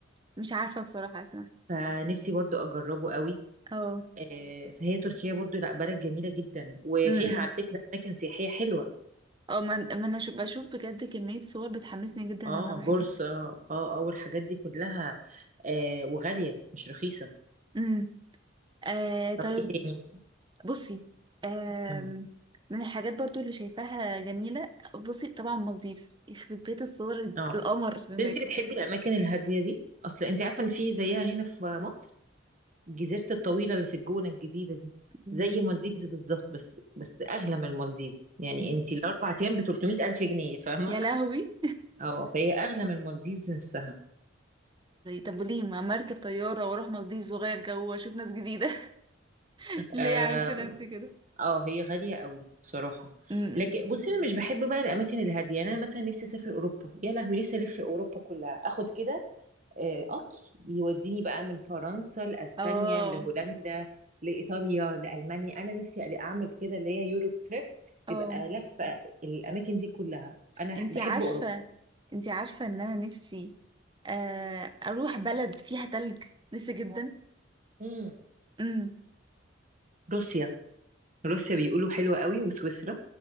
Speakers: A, on the right; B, on the right.
A: مش عارفة بصراحة اسمع
B: فنفسي برضو اجربه قوي
A: اه
B: آه، فهي تركيا برضو لا بلد جميلة جدا وفيها
A: امم
B: على فكرة أماكن سياحية حلوة
A: اه ما ما انا شو- بشوف بجد كمية صور بتحمسني جدا
B: اه
A: ان انا اروح
B: بورصة
A: هناك
B: اه اه والحاجات دي كلها آه وغالية مش رخيصة
A: امم آه طيب
B: طب ايه تاني؟
A: بصي آم،
B: مم.
A: من الحاجات برضو اللي شايفاها جميلة بصي طبعا مالديفز يخرب بيت الصور
B: اه
A: القمر هناك
B: انت بتحبي الأماكن الهادية دي؟ أصل انت عارفة إن في زيها هنا في مصر الجزيرة الطويلة اللي في الجونة الجديدة دي
A: مم.
B: زي مالديفز بالظبط بس بس أغلى من مالديفز يعني انت الأربع أيام ب 300 ألف جنيه فاهمة؟
A: يا لهوي
B: <laughs> اه فهي أغلى من مالديفز نفسها
A: طب وليه ما مركب طيارة واروح مالديفز واغير جو واشوف ناس جديدة <laughs> ليه
B: آه،
A: اعمل في نفسي كده
B: اه هي غالية قوي بصراحة
A: امم
B: لكن بصي انا مش بحب بقى الاماكن الهادية يعني انا مثلا نفسي اسافر اوروبا يا لهوي نفسي الف في اوروبا كلها اخد كده آه، قطر يوديني بقى من فرنسا لاسبانيا
A: اه
B: لهولندا لايطاليا لالمانيا انا نفسي أل- اعمل كده اللي هي يوروب تريب
A: اه
B: تبقى لفة الاماكن دي كلها انا
A: انتي
B: بحب
A: عارفة
B: اوروبا
A: انتي عارفة ان انا نفسي آه، اروح بلد فيها تلج نفسي جدا
B: مم.
A: امم
B: روسيا روسيا بيقولوا حلوة قوي وسويسرا